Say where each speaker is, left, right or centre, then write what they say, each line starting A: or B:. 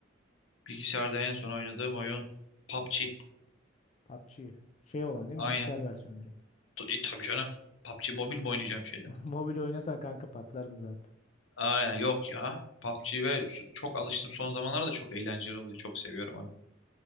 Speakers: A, on the left; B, on the left.
A: Bilgisayarda en son oynadığım oyun PUBG.
B: PUBG. Şey olan değil
A: Aynen.
B: mi? Bilgisayar versiyonu direkt.
A: E, tabii canım. PUBG Mobile mi oynayacağım şeyden?
B: <laughs> Mobil oynasan kanka patlardım zaten.
A: Aa, yok ya. PUBG ve s- çok alıştım son zamanlarda çok eğlenceli oluyor. Çok seviyorum onu.